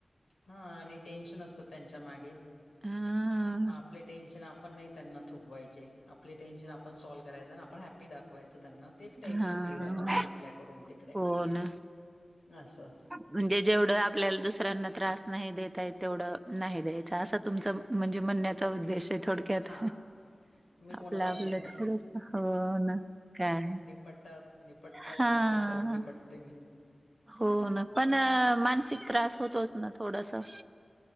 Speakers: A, on the left; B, on the right.
A: हां आणि टेन्शन असत, त्यांच्या मागे,
B: हां,
A: म आपले टेन्शन आप पण नाही त्यांना, थोपवायचे. आपले टेन्शन, आपण साॅल करायचे. अण आपण हॅप हॅप्पी, दाखवायच त्यांना. तेच टेन्शन
B: हां.
A: फ्री, राहातात मग आपल्याकडून, तिकडे.
B: हो ना.
A: आसं.
B: म्हणजे जेवढ, आपल्याला दुसऱ्यांना त्रास नाही देता येत तेवढ. नाही द्यायचा. आसा तुमच म्हणजे म्हणण्याचा उद्देश आहे थोड क्यात,
A: हां. मी कोणालाच
B: आपल-आपल
A: देत नाही.
B: थोडस हो ना. काय?
A: पटात. निपटता
B: हा
A: येत असेल, तेवढ निपटते मी.
B: हो ना पण मानसिक त्रास होतोच ना थोडसा.